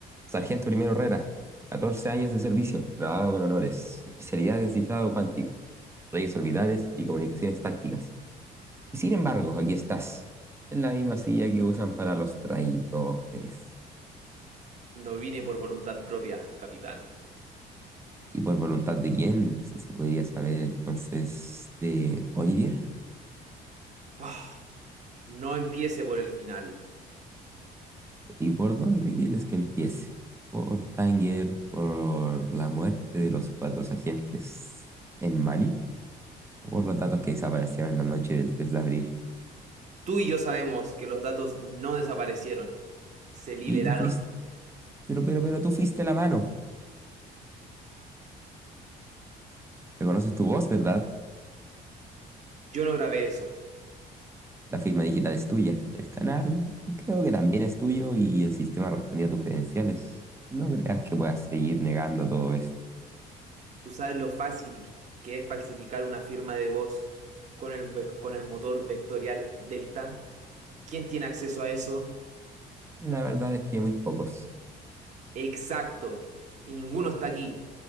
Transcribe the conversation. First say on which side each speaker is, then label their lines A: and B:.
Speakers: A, on the right (about 15°); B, on the right (about 45°).
A: Sargento Primero Herrera, 14 años de servicio, graduado con honores, especialidad en cifrado cuántico, redes orbitales y comunicaciones tácticas. Y sin embargo, aquí estás, en la misma silla que usan para los traidores.
B: No vine por voluntad propia, capitán.
A: ¿Y por voluntad de quién? Si se podría saber entonces de Olivier.
B: Ah, no empiece por el final.
A: ¿Y por dónde quieres que empiece? ¿Por Tanger? ¿Por la muerte de los cuatro agentes en Mali? ¿Por los datos que desaparecieron en la noche del 3 de abril?
B: Tú y yo sabemos que los datos no desaparecieron, se liberaron.
A: Y tú fuiste Pero, pero, pero tú fuiste la mano. Reconoces tu voz, ¿verdad?
B: Yo no grabé eso.
A: La firma digital es tuya. El canal creo que también es tuyo y el sistema respondía a tus credenciales. No creas que puedas seguir negando todo esto.
B: Tú sabes lo fácil que es falsificar una firma de voz con el, vec- con el motor vectorial Delta. ¿Quién tiene acceso a eso?
A: La verdad es que muy pocos.
B: Exacto. Y ninguno está aquí,